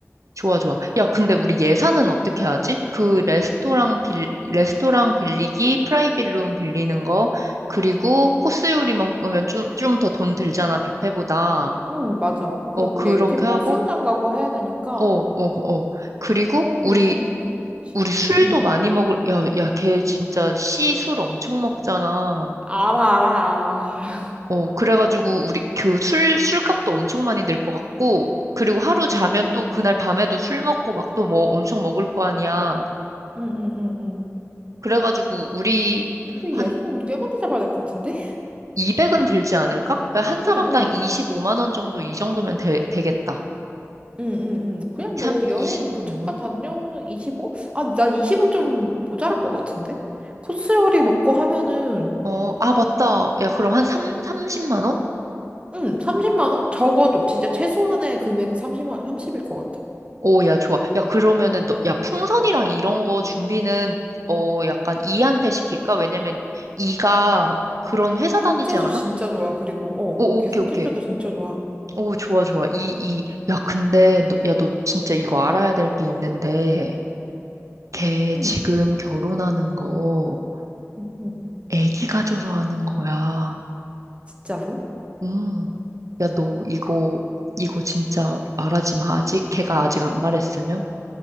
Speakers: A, on the right; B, on the right.
A: 좋아, 좋아. 야, 근데 우리 예산은 어떻게 하지? 그 레스토랑 빌, 레스토랑 빌리기, 프라이빗 룸 빌리는 거, 그리고 코스 요리 먹으면 좀, 좀 더 돈 들잖아, 뷔페보다.
B: 응, 맞아. 그리고
A: 어, 그렇게
B: 우리 액티브 뭐
A: 하고,
B: 수영장 가고 해야 되니까.
A: 어, 어, 어. 그리고
B: 오,
A: 우리,
B: 예산 어느 정도 있지?
A: 우리 술도
B: 응.
A: 많이 먹을, 야, 야, 걔 진짜 씨 술 엄청 먹잖아.
B: 알아, 알아, 알아. <laughs>
A: 어, 그래가지고 우리 그 술, 술값도 엄청 많이 들 것 같고, 그리고 하루
B: 응,
A: 자면
B: 응.
A: 또 그날 밤에도 술 먹고 막 또 뭐 엄청 먹을 거 아니야.
B: 응, 응, 응, 응.
A: 그래가지고 우리
B: 우리
A: 한
B: 예산 꽤 많이 잡아야 될 것 같은데?
A: 200은 들지 않을까? 한
B: 응,
A: 사람당
B: 응.
A: 25만 원 정도 이 정도면 되, 되겠다.
B: 응, 응, 응. 그냥
A: 이
B: 뭐 여행
A: 25만
B: 뭐 잠깐
A: 원?
B: 다녀오는 25? 아, 난 25 좀 모자랄 것 같은데? 코스 요리 먹고 하면은,
A: 어, 아 맞다. 야 그럼 한 3, 삼0만 원?
B: 응, 30만 원? 적어도 진짜 최소한의 금액 30만, 삼십일 것 같아.
A: 오, 야 좋아. 야 그러면은 너, 야 풍선이랑 이런 거 준비는 어 약간 이한테 시킬까? 왜냐면 이가 그런 회사
B: 손재주
A: 다니지 않아?
B: 진짜 좋아. 그리고,
A: 오,
B: 어, 걔
A: 오케이,
B: 손재주도
A: 오케이.
B: 진짜 좋아.
A: 오, 좋아, 좋아. 이, 이, 야, 근데, 너, 야, 너 진짜 이거 알아야 될 게 있는데, 걔
B: 응,
A: 지금 결혼하는 거,
B: 응, 응.
A: 애기가 줘서 하는 거야.
B: 진짜로?
A: 음. 야, 너 이거, 이거 진짜 말하지 마. 아직 걔가 아직 안 말했으면?